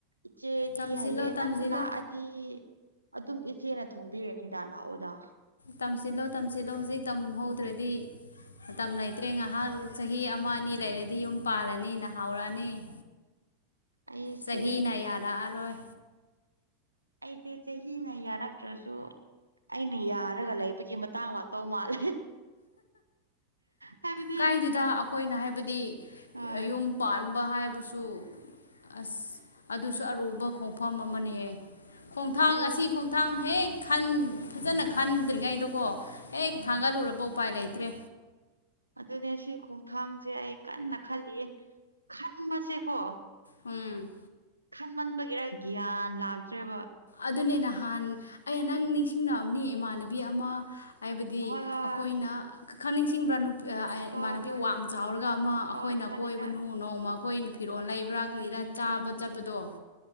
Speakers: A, on the right (about 85°); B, on the left (about 70°).
A: ꯏꯆꯦꯗꯤ
B: ꯇꯝꯁꯤꯜꯂꯣ
A: ꯍꯩꯌꯦ
B: ꯇꯝꯁꯤꯜꯂꯣ
A: ꯅꯪ ꯂꯥꯛꯑ ꯗꯤ ꯑꯗꯨꯝ ꯏꯆꯦꯅ ꯊꯣꯡꯕꯤꯔꯅꯤꯗ ꯂꯥꯛꯑꯣꯗ꯫
B: ꯇꯝꯁꯤꯜꯂꯣ ꯇꯝꯁꯤꯜꯂꯣ ꯍꯧꯖꯤꯛ ꯇꯝꯍꯧꯗ꯭ꯔꯗꯤ ꯃꯇꯝ ꯂꯩꯇ꯭ꯔꯦ ꯉꯍꯥꯟ ꯆꯍꯤ ꯑꯃ ꯑꯅꯤ ꯂꯩꯔꯗꯤ ꯌꯨꯝ ꯄꯥꯜꯂꯅꯤ ꯅꯍꯥꯎꯔꯛꯑꯅꯤ <inaudible>
A: ꯑꯩꯁꯦ
B: ꯆꯍꯤꯅ ꯌꯥꯔꯛꯑꯔꯣꯏ
A: ꯑꯩꯗꯤ ꯆꯍꯤꯅ ꯌꯥꯔꯛꯇ꯭ꯔꯁꯨ ꯑꯩꯅ ꯌꯥꯔꯒ ꯂꯩꯕꯒꯤ ꯃꯇꯥꯡ ꯂꯥꯛꯇꯧ ꯃꯥꯜꯂꯦ ꯍꯥꯏꯕꯗꯤ
B: ꯀꯥꯏꯗꯦꯗ ꯑꯈꯣꯏꯅ ꯍꯥꯏꯕꯗꯤ
A: ꯑꯥ
B: ꯌꯨꯝ ꯄꯥꯟ ꯕ ꯍꯥꯏꯕꯁꯨ ꯑꯁ ꯑꯗꯨꯁꯨ ꯑꯔꯨꯕ ꯈꯣꯡꯐꯝ ꯑꯃꯅꯦꯍꯦ ꯈꯣꯡꯊꯥꯡ
A: ꯑꯔꯨ
B: ꯑꯁꯤ ꯈꯣꯡꯊꯥꯡ ꯍꯦꯛ ꯈꯟ ꯐꯖꯅ ꯈꯟꯗ꯭ꯔꯤꯉꯩꯗꯀꯣ ꯍꯦꯡ
A: ꯎꯝ
B: ꯊꯥꯡꯒꯠꯂꯨꯔꯕ ꯎꯄꯥꯏ ꯂꯩꯇ꯭ꯔꯦ꯫
A: ꯑꯗꯨꯅꯦ ꯁꯤ ꯈꯣꯡꯊꯥꯡꯁꯦ ꯑꯩ ꯀꯟꯅ ꯈꯜꯂꯤꯌꯦ ꯈꯟꯕꯁꯦꯀꯣ
B: ꯎꯝ
A: ꯈꯟꯃꯟꯕꯒꯤꯔ ꯒ꯭ꯌꯥꯟ ꯂꯥꯛꯇ꯭ꯔꯦꯕ
B: ꯑꯗꯨꯅꯦ ꯅꯍꯥꯟ ꯑꯩꯅ ꯅꯪ ꯅꯤꯡꯁꯤꯡꯑꯝꯅꯤ ꯏꯃꯥꯟꯅꯕꯤ ꯑꯃ ꯍꯥꯏꯕꯗꯤ
A: ꯍꯣꯏ ꯍꯣꯏ
B: ꯑꯩꯈꯣꯏꯅ ꯈ ꯈꯪ ꯅꯤꯡꯁꯤꯡꯕ꯭ꯔꯥ ꯅꯨ ꯑ ꯑꯩ
A: ꯍꯣꯏ
B: ꯏꯃꯥꯟꯅꯕꯤ
A: ꯍꯣꯏ
B: ꯋꯥꯡ ꯆꯥꯎꯔꯒ ꯑꯃ
A: ꯍꯣꯏ
B: ꯑꯩꯈꯣꯏꯅ
A: ꯈꯪꯉꯦ
B: ꯀꯣꯏꯕꯅꯨ
A: ꯈꯔ
B: ꯅꯣꯡꯃ ꯑꯩꯈꯣꯏꯅ ꯐꯤꯔꯣꯜ ꯂꯩ ꯕ꯭ꯔꯥ
A: ꯍꯣꯏ
B: ꯀ꯭ꯔꯤꯔꯥ
A: ꯅꯤꯡꯁꯤꯡꯉꯦ
B: ꯆꯥꯕ
A: ꯅꯤꯡꯁꯤꯡꯉꯦ
B: ꯆꯠꯄꯗꯣ꯫